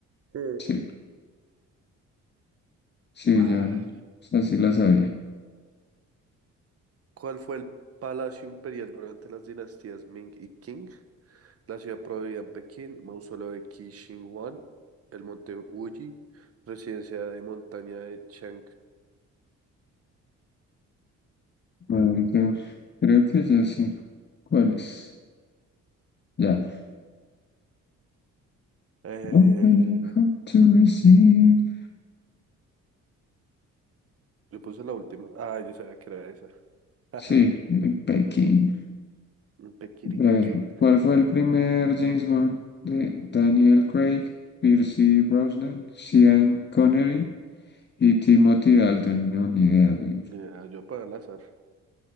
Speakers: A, on the right; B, on the left.
A: Sí.
B: Sí, sí,
A: Ah,
B: ya, o sea, sí la sabía.
A: ¿cuál fue el palacio imperial durante las dinastías Ming y Qing? La ciudad prohibida en Pekín, mausoleo de Qi Shi Huang, el monte Wuyi, residencia de montaña de Changde.
B: Marica, creo que ya sí. ¿Cuál es? Ya.
A: Eh,
B: Open your heart to receive.
A: yo puse la última. Ah, yo sabía que era esa. <laughs> Jaja,
B: Sí, eh, Pekín.
A: un Pekirinquín.
B: Breve. ¿Cuál fue el primer James Bond de Daniel Craig, Pierce Brosnan, Sean Connery? Y Timothy Dalton, no, ni idea, güey.
A: Ah, yo para el azar.